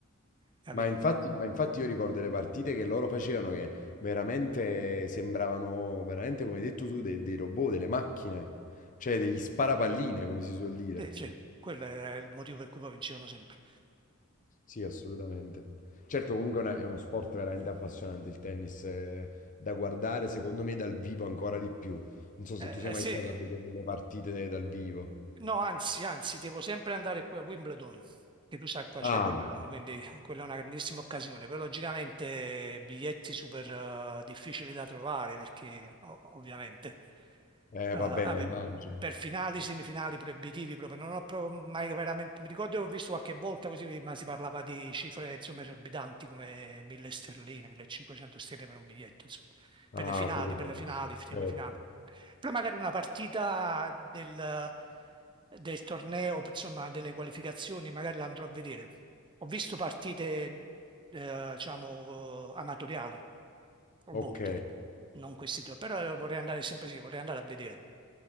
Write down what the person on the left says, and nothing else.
Ma infatti, ma infatti io ricordo le partite che loro facevano che veramente sembravano, veramente come hai detto tu, dei, dei robot, delle macchine, cioè degli sparapalline, come si suol dire.
Sì, assolutamente. Certo, comunque è una- è uno sport veramente appassionante il tennis, eh, da guardare secondo me dal vivo ancora di più. Non so se
tu sei
mai
stato a vedere delle partite dal vivo.
Ah,
eh, vabbè,
ma immagino.
Ah,
proprio
quello.
Certo.
Ok.